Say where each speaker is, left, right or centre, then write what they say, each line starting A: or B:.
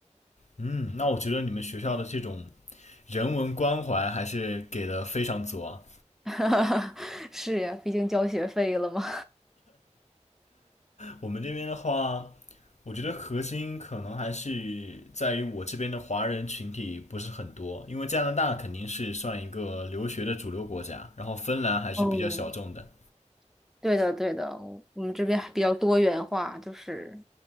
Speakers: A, on the left; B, in the centre.
A: 嗯，那我觉得你们学校的这种人文关怀还是给的非常足啊。
B: <laughs> 是呀，毕竟交学费了嘛。
A: 我们这边的话，我觉得核心可能还是在于我这边的华人群体不是很多，因为加拿大肯定是算一个留学的主流国家，然后芬兰还是比较小众的。
B: 哦，<laughs> 对的，对的，我们这边比较多元化，就是